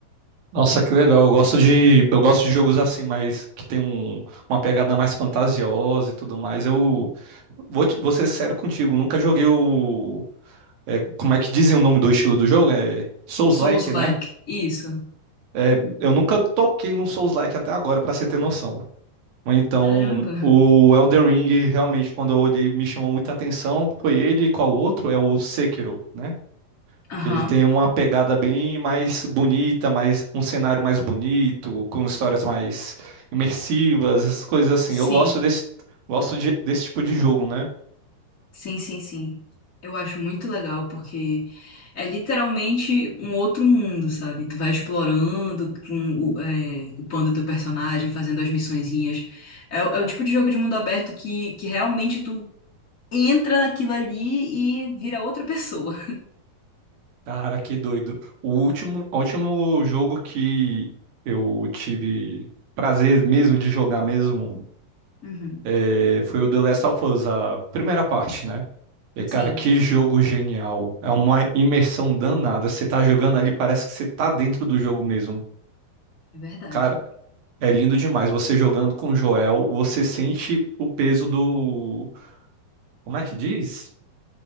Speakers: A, on the right (about 60°); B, on the left (about 40°).
A: Nossa, que legal. Eu gosto de, eu gosto de jogos assim, mas que tem um- uma pegada mais fantasiosa e tudo mais. Eu vou, te- vou ser sério contigo, nunca joguei o. é, como é que dizem o nome do estilo do jogo? É Souls-like,
B: Souls-like,
A: né?
B: isso.
A: É, eu nunca toquei num Souls-like até agora, pra você ter noção. Mas Então,
B: Caramba.
A: o Elden Ring, realmente, quando eu olhei, me chamou muita atenção. Foi ele e qual outro? É o Sekiro, né?
B: Aham,
A: que ele tem uma pegada bem mais bonita, mais um cenário mais bonito, com histórias mais imersivas, essas coisas assim.
B: Sim,
A: Eu gosto desse, gosto de- desse tipo de jogo, né?
B: sim, sim, sim. Eu acho muito legal porque é literalmente um outro mundo, sabe? Tu vai explorando, com o, é, upando teu personagem, fazendo as missõezinhas. É, o- é o tipo de jogo de mundo aberto que, que realmente tu entra naquilo ali e vira outra pessoa.
A: Cara, que doido. O último, o último jogo que eu tive prazer mesmo de jogar mesmo
B: Uhum.
A: eh, foi o The Last of Us, a primeira parte, né? E, cara,
B: Sim,
A: que jogo genial. É uma imersão danada. Você tá jogando ali, parece que você tá dentro do jogo mesmo.
B: é verdade.
A: Cara, É lindo demais. Você jogando com o Joel, você sente o peso do. Como é que diz?